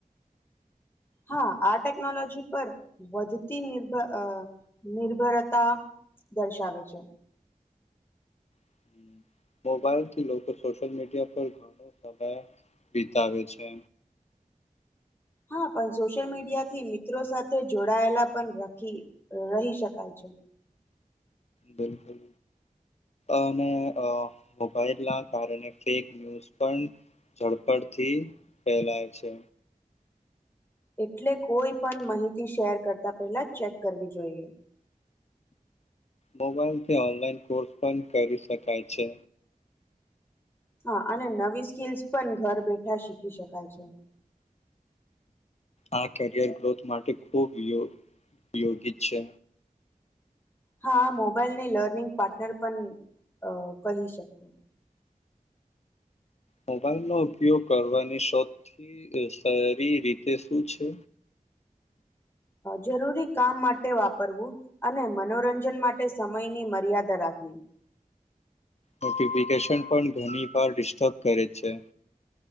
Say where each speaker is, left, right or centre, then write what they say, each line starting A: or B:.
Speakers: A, on the left (about 15°); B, on the left (about 50°).
A: હા આ ટેકનોલોજી પર વધતી નિર્ભ નિર્ભરતા દર્શાવે છે.
B: હમ. મોબાઈલથી લોકો સોશિયલ મીડિયા પર ઘણો સમય વિતાવે છે.
A: હા પણ સોશિયલ મીડિયા થી મિત્રો સાથે જોડાયેલા પણ રાખી રહી શકાય છે.
B: બિલકુલ અને મોબાઈલ ના કારણે ફેક ન્યૂઝ પણ ઝડપડ થી ફેલાય છે.
A: એટલે કોઈ પણ માહિતી શેર કરતા પહેલા ચેક કરવી જોઈએ.
B: મોબાઈલથી ઓનલાઈન કોર્સ પણ કરી શકાય છે.
A: હા અને નવી સ્કીલ્સ પણ ઘર બેઠા શીખી શકાય છે.
B: આ કરિયર ગ્રોથ માટે ખૂબ યોગ યોગી છે.
A: હા મોબાઈલને લર્નિંગ પાર્ટનર પણ અ કહી શકે.
B: મોબાઈલનો ઉપયોગ કરવાની સૌથી સારી રીતે શું છે.
A: જરૂરી કામ માટે વાપરવું અને મનોરંજન માટે સમયની મર્યાદા રાખવી.
B: નોટિફિકેશન પણ ઘણી વાર ડિસ્ટર્બ કરે છે.